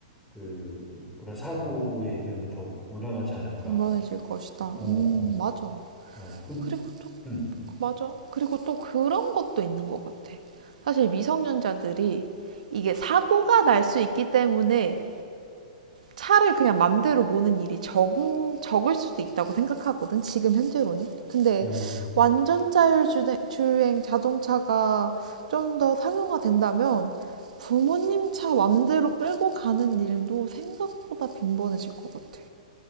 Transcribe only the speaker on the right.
빈번해질 것이다.
음, 맞아.
그리고 또
맞아. 그리고 또 그런 것도 있는 것 같아. 사실 미성년자들이 이게 사고가 날 수 있기 때문에 차를 그냥 맘대로 모는 일이 적, 적을 수도 있다고 생각하거든. 지금 현재로는. 근데
완전 자율주행 자동차가 좀 더 상용화된다면 부모님 차 맘대로 끌고 가는 일도 생각보다 빈번해질 것 같아.